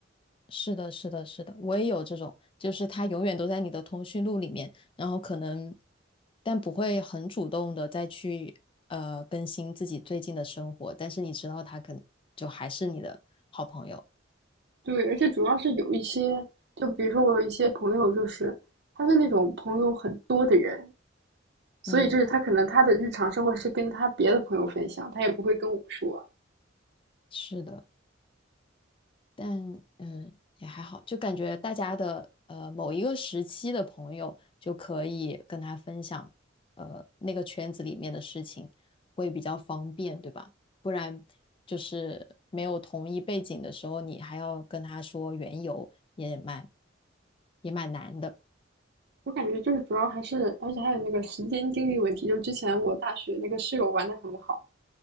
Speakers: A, on the left (about 25°); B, on the right (about 60°).
A: 是的，是的，是的，我也有这种，就是他永远都在你的通讯录里面，然后可能，但不会很主动的再去呃更新自己最近的生活，但是你知道他可能就还是你的好朋友。
B: 对，而且主要是有一些，就比如说我有一些朋友，就是他是那种朋友很多的人，所以就是他可能他的日常生活是跟他别的朋友分享，
A: 嗯，
B: 他也不会跟我说。
A: 是的。但嗯也还好，就感觉大家的呃某一个时期的朋友就可以跟他分享呃那个圈子里面的事情，会比较方便，对吧？不然就是没有同一背景的时候，你还要跟他说缘由，也蛮也蛮难的。
B: 我感觉就是主要还是，而且还有那个时间精力问题。就之前我大学那个室友玩的很好，